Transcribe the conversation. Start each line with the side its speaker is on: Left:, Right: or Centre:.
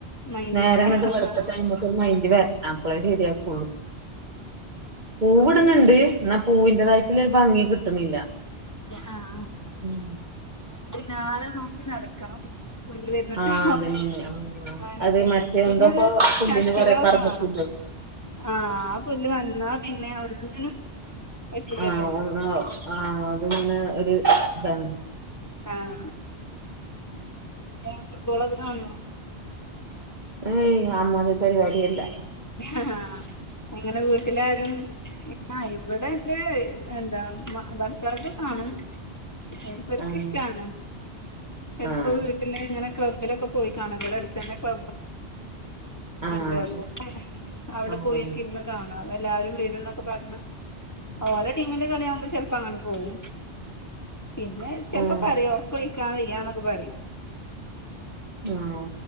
Left: മൈൻഡില്ല
Right: നേരം അങ്ങോട്ട് വെളിത്തട്ട്
Left: ആഹ്
Right: അയിമക്ക് ഒരു മൈന്റ് വരണം അപ്പോളേ ശരിയാക്കുള്ളൂ പൂവിടുന്നുണ്ട്
Left: അമിക്ക്
Right: എന്നാ പൂവിന്റെതായിട്ടുള്ള ഒരു ഭംഗി കിട്ടണില്ല
Left: ആഹ്
Right: മ്
Left: പിന്നാലെ നോക്കി നടക്കണം പുല്ല് വരുന്നുണ്ടോ
Right: ആ അതന്നെ ആ
Left: അങ്ങനൊക്കെ
Right: അത് മറ്റേ
Left: പിന്നെന്ന
Right: എന്താപ്പോ പുല്ലിന്
Left: ചട്ടികളൊക്കെ
Right: പറയാ കറുകപ്പുല്ലോ
Left: വേണം ആഹ് ആ പുല്ല് വന്നാ പിന്നെ ഒന്നിനും പറ്റൂലല്ലോ
Right: ആഹ് ഒഹ് ആഹ് അത് പിന്നെ ഒരു ഇതാണ്
Left: ആഹ് പിന്നെ ഫുട്ബോളൊക്കെ കാണുവോ
Right: ഏയ് അമതിരി പരിപാടിയെ ഇല്ല
Left: ആഹ് അങ്ങനെ വീട്ടിലാരും ആഹ് ഇവിടെന്റെ എന്താ മ ഭർത്തവൊക്കെ കാണും മുപ്പർക്ക്
Right: ആഹ്
Left: ഇഷ്ടാണ് എപ്പയും
Right: ആഹ്
Left: വീട്ടലെ ഇങ്ങനെ ക്ലബ് ലൊക്കെ പോയി കാണും ഇവിടെ അടുത്തന്നെ ക്ലബ്
Right: ആഹ്
Left: ണ്ട് അപ്പൊ അവിടെ
Right: ആഹ് ആഹ്
Left: പോയക്കെ ഇരിന്ന് കാണും എല്ലാരും എന്നൊക്കെ പറഞ്ഞ് ഓരോ ടീമിന്റെ കളിയാകുമ്പോ ചില പ്പ അങ്ങോട്ട് പോവും പിന്നെ ചിലപ്പോ
Right: ആഹ്
Left: പറയും ഉറക്കൊഴിക്കാ വയ്യാന്നൊക്കെ പറയും
Right: ആഹ്